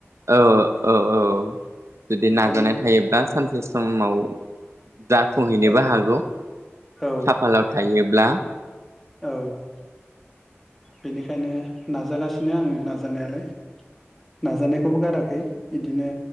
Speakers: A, on the right (about 85°); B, in the centre.
A: औ औ औ जुदि
B: ओंखायनो
A: नाजानाय थायोब्ला सानसे समाव जाफुंहैनोबो
B: औ
A: हागौ
B: औ
A: खाफालाव थायो ब्ला
B: औ बेनिखायनो नाजागासिनो आङो नाजानायालाय नाजानायखौबो गाराखै बिदिनो